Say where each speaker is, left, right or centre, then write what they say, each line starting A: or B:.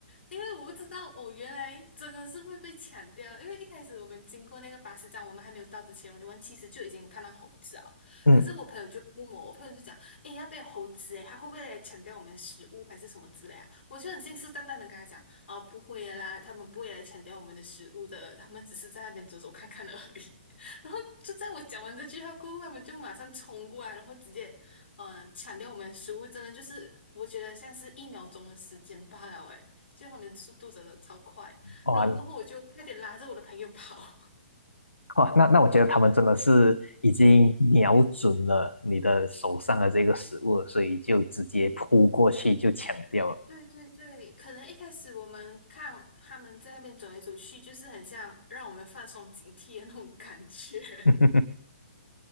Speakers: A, on the left; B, on the left.
A: 因为我不知道我原来真的是会被抢掉，因为一开始我们经过那个巴士站，我们还没有到之前，我们其实就已经看到猴子了。
B: 嗯，
A: 可是我朋友就问我，我朋友就讲，诶，要不要猴子？诶，他会不会来抢掉我们食物还是什么之类啊？我就很信誓旦旦的跟他讲，啊，不会的啦，他们不会来抢掉我们的食物的，他们只是在那边走走看看而已。<laughs> 然后就在我讲完这句话过后，他们就马上冲过来，然后直接。嗯，抢掉我们食物真的就是，我觉得像是一秒钟的时间罢了，诶，就他们速度真的超快，
B: 哇
A: 然后过后我就快点拉着我的朋友跑。<laughs>
B: 哇，那那我觉得他们真的是已经瞄准了你的手上的这个食物了所以就直接扑过去就抢掉了。
A: 对对对，可能一开始我们看他们在那边走来走去，就是很像让我们放松警惕的那种感觉。
B: <laughs>